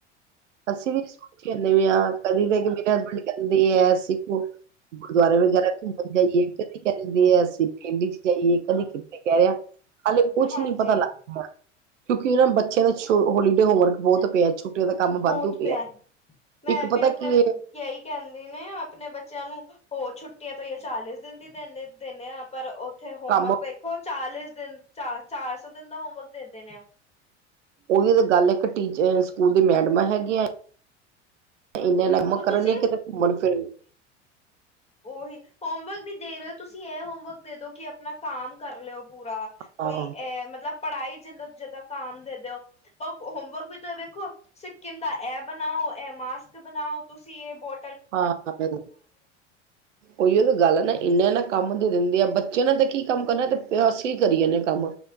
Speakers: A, on the right; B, on the left.
A: ਅਸੀ ਵੀ <unintelligible> ਬੀ ਅਸੀ ਵੀ <unintelligible> ਕਦੀ ਕੈ ਦਿਂਦੇ ਆ <unintelligible> ਅਸੀਂ ਪਿੰਡ ਚ ਜਾਈਏ, ਕਦੀ ਕਿਥੇ ਜਾਯਾ ਹਲੇ ਕੁੱਛ
B: ਹਾਂਜੀ
A: ਨੀ ਪਤਾ ਲਗ ਰੇਆ। ਕਿਉਂਕਿ ਇਨਾਂ ਬੱਚਿਆਂ ਦਾ ਛ ਹੋਲੀਡੇ ਹੋਮਵਰਕ ਬੋਤ ਪੇਯਾ ਛੁਟੀਯਾਂ ਦਾ ਕੰਮ ਵਾਧੂ
B: ਬੋਤ
A: ਪਿਆ
B: ਪੇਯਾ, ਮੈਂ
A: ਇੱਕ ਪਤਾ
B: ਵੀ ਅਪਣੇ
A: ਕੀ
B: ਯ ਈ ਕੈਂਦੇ ਨੇ ਅਪਣੇ ਬੱਚੇਆਂ ਨੂੰ, ਹੋਰ ਛੁੱਟੀਆਂ ਤੇ ਈਯੇ ਚਾਲੀਸ ਦਿਨ ਦੀ ਦੇਨੇ ਦੇਨੇ ਆ ਅ ਪਰ ਔਥੇ ਹੋਮਵਰਕ
A: ਕੰਮ
B: ਵੇਖੋ ਚਾਲੀ ਦਿਨ ਚਾ ਚਾਰ ਸੌ ਦਿਨ ਦਾ ਹੋਮਵਕ ਦੇਂਦੇ ਨੇ ਔ
A: ਔਹੀ ਤੇ ਗੱਲੇ ਇੱਕ ਟੀਚ ਅ ਸਕੂਲ ਦੀ ਮੈਡਮਾਂ ਹੈਗੀਆਂ ਇਨ ਨਮ <unintelligible> ਕਰਨ
B: ਤੁਸੀਂ
A: ਕਿਤੇ ਘੁੰਮਣ ਫਿਰ
B: ਔਹੀ ਹੋਮਵਰਕ ਵੀ ਦੇ ਰਹੇ ਹੋ ਤੁਸੀਂ, ਇਹ ਹੋਮਵਰਕ ਦੇ ਦੋ ਕਿ ਅਪਨਾ ਕੰਮ ਕਰ ਲੇ ਔ ਪੂਰਾ।
A: ਹਾਂ
B: ਕੋਈ ਐ ਮਤਲਬ ਪੜ੍ਹਾਈ ਜਿੱਦ ਜਿੱਦਾਂ ਕੰਮ ਦੇ ਦਯੋ ਪਵ ਹੋਮਵਰਕ ਵੀ ਤੇ ਵੇਖੋ। ਸਿੱਕਮ ਦਾ ਐਹ ਬਨਾਔ ਐਹ ਮਾਸਕ ਬਨਾਔ ਤੁਸੀਂ ਏਹ ਬੋ
A: ਹਾਂ <unintelligible> ਔਈਯੋ ਤੇ ਗੱਲ ਏਨਾ ਇਨਾ ਨਾ ਕੰਮ ਦੇ ਦਿੰਦੇਆ ਬੱਚੇ ਨਾ ਤੇ ਕੀ ਕੰਮ ਕਰਨਾ ਤੇ ਪੇ ਅਸੀਂ ਕਰੀ ਜਾਂਨੇ ਆ ਕੰਮ